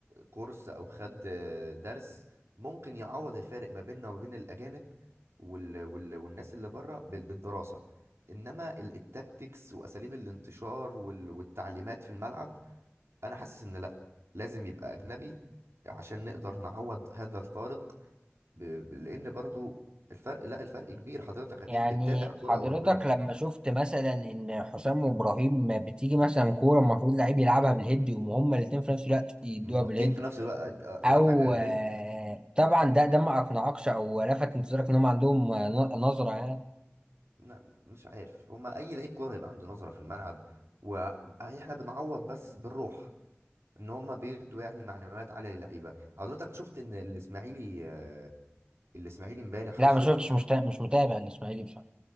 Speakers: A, on the right; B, on the right.
A: كورس أو خد آه، درس ممكن يعوض الفارق ما بيننا وما بين الأجانب وال وال والناس اللي بره بال- بالدراسة إنما ال- التاكتكس وأساليب الانتشار وال- والتعليمات في الملعب أنا حاسس إن لأ لازم يبقى أجنبي عشان نقدر نعوض هذا الفارق ب- ب- لأن برضو الفرق لا الفرق كبير حضرتك أكيد
B: يعني
A: بتتابع كرة
B: حضرتك
A: أوروبية
B: لما شفت مثلا إن حسام وإبراهيم بتيجي مثلا كورة المفروض لعيب يلعبها بالهيد يقوموا هما الاتنين في نفس الوقت يدوها
A: منطين
B: بالهيد
A: في نفس الوقت آه،
B: او
A: يا حاجه
B: آه،
A: غريبه
B: طبعا ده ده ما اقنعكش او لفت انتظارك ان هم عندهم آه، ن- نظره يعني
A: لا مش عارف هما اي لعيب كوره هيبقى عنده نظره في الملعب واحنا بنعوض بس بالروح ان هما بيدوا يعني معنويات عاليه للعيبه حضرتك شفت ان الاسماعيلي آه، الاسماعيلي امبارح خسر
B: لا ما شفتش مش تا- مش متابع الاسماعيلي بصراحه